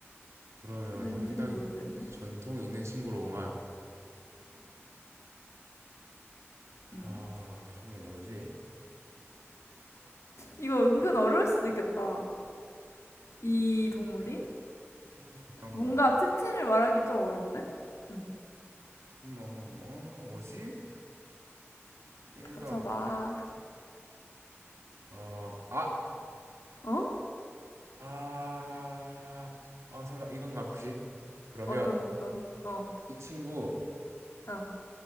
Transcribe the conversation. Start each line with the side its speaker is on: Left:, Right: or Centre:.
Right: 그러면
Left: 왠지는
Right: 상당히
Left: 모르겠네.
Right: 전통이 있는 친구로구만.
Left: 음.
Right: 아, 잠깐만 뭐지?
Left: 이거 은근 어려울 수도 있겠다. 이 동물이?
Right: 어, 잠깐만,
Left: 뭔가 특징을 말하기 좀 어렵네? 응.
Right: 엄마, 어, 뭐지? 얘가
Left: 맞춰봐.
Right: 어, 아,
Left: 어?
Right: 아, 아, 설마 이건가 혹시? 그러면
Left: 어떤, 어떤. 어,
Right: 이 친구
Left: 어.